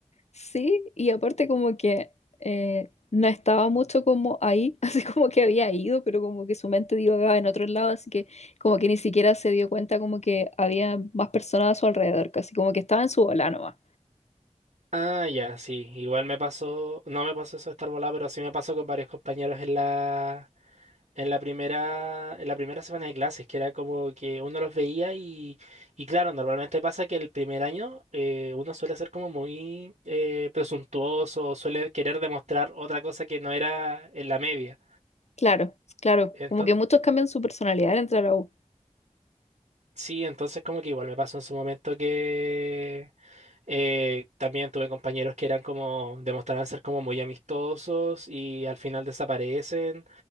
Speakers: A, on the left; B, on the right.
A: Sí, y aparte como que eh, no estaba mucho como ahí, <laughs> así como que había ido, pero como que su mente divagaba en otro lado, así que como que ni siquiera se dio cuenta como que había más personas a su alrededor, casi como que estaba en su bola nomás.
B: Ah, ya, sí. Igual me pasó, no me pasó eso de estar volado, pero sí me pasó con varios compañeros en la, en la primera, en la primera semana de clases, que era como que uno los veía y, y claro, normalmente pasa que el primer año eh, uno suele ser como muy eh, presuntuoso, suele querer demostrar otra cosa que no era en la media.
A: Claro, claro,
B: Entonces,
A: como que muchos cambian su personalidad entre la U.
B: Sí, entonces como que igual me pasó en su momento que eh, también tuve compañeros que eran como, demostraban ser como muy amistosos y al final desaparecen,